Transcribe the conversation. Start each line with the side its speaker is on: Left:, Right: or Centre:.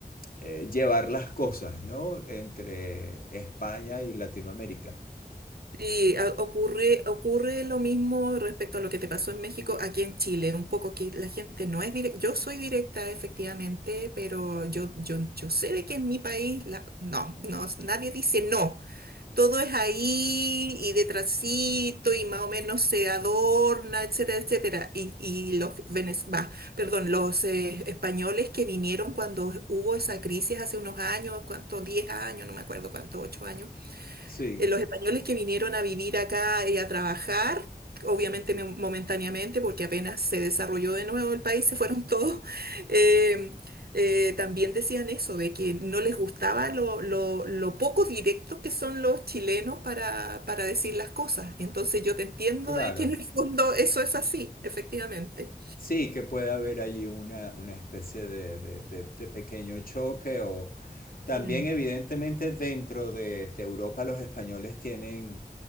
Left: eh, llevar las cosas, ¿no? Entre España y Latinoamérica.
Right: Sí, a- ocurre, ocurre lo mismo respecto a lo que te pasó en México, aquí en Chile, un poco que la gente no es directa, yo soy directa efectivamente, pero yo, yo, yo sé de que en mi país la- no, no, nadie dice no. todo es ahí y detrásito y más o menos se adorna, etcétera, etcétera. Y, y los, venez- bah, perdón, los eh, españoles que vinieron cuando hubo esa crisis hace unos años, cuánto, 10 años, no me acuerdo cuánto, 8 años
Left: Sí,
Right: eh, los españoles que vinieron a vivir acá y a trabajar, obviamente mo- momentáneamente, porque apenas se desarrolló de nuevo el país, se fueron todos, <laughs> eh, eh, también decían eso, de que no les gustaba lo, lo, lo poco directos que son los chilenos para, para decir las cosas. Entonces yo te entiendo
Left: claro.
Right: de que en el fondo eso es así, efectivamente.
Left: Sí, que puede haber allí una, una especie de, de- de- de pequeño choque o también
Right: Mm,
Left: evidentemente dentro de, de Europa los españoles tienen